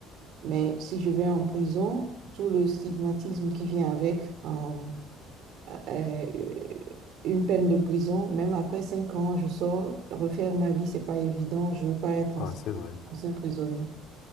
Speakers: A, on the right; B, on the left.
A: Mais si je vais en prison, tout le stigmatisme qui vient avec euh, euh, une peine de prison, même après cinq ans, je sors, refaire ma vie, c'est pas évident, je veux pas être
B: Ah,
A: ancien,
B: c'est vrai,
A: ancien prisonnier